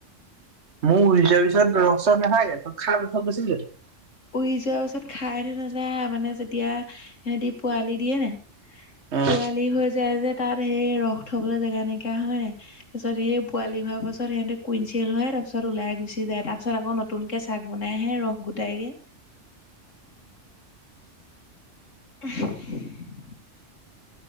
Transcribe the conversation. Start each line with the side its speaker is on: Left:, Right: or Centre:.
Right: মৌ উৰি যোৱাৰ পিছত ৰস চস নাথাকে, চব খাই থৈ গুচি যায়।
Left: উৰি যোৱাৰ পাছত খাই থৈ নাযায়, মানে যেতিয়া সিহঁতি পোৱালি দিয়ে নে?
Right: অ'
Left: পোৱালি হৈ যায় যে তাত সেই ৰস থবলৈ জেগা নাইকিয়া হয় নাই, তাৰপিছত সেই পোৱালি হোৱাৰ পাছত সিহঁতে কুইনচিয়েল হয় তাৰ পিছত ওলাই গুচি যায়। তাৰ পিছত আকৌ নতুন কে চাক বনাই আহে ৰস গোটাই গে। <unintelligible>